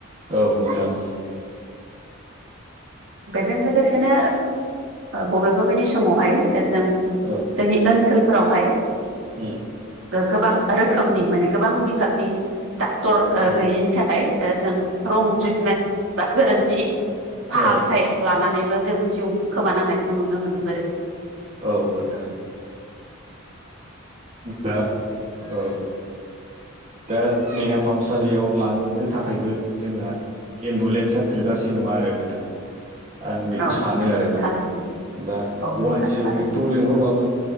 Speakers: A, on the right (about 35°); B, on the right (about 65°).
A: औ नोंथां
B: बेजों लोगोसेनो बबेबा बायदि समावहाय जों
A: औ
B: जोंनि ओनसोलफोरावहाय
A: उम
B: गोबां रोखोमनि माने गोबां बिभागनि डाक्टर
A: उम
B: गैयिनि जों रं ट्रिटमेन्ट बा गोरोन्थि फाहामथाय
A: औ
B: लानानै जों जिउ खोमानांनायखौ नुनो मोनबोदों
A: औ नोंथां दा औ दा देहा फाहामसालियाव लांनो थाखायबो जोंना एम्बुलेन्सा थोजासे नङा आरो नोंथां आं बेखौ
B: औ
A: सानो
B: नोंथां
A: आरोना
B: थारैनो
A: दा
B: औ
A: अवान
B: नोंथां
A: जिर'
B: थारैनो
A: ओइटखौ लेंंहरबाबो